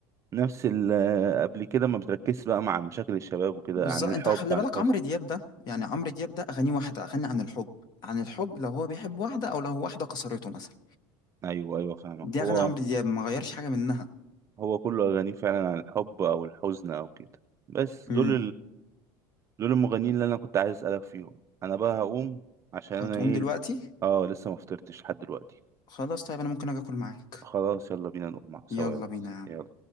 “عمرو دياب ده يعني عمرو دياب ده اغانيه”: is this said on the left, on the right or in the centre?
Left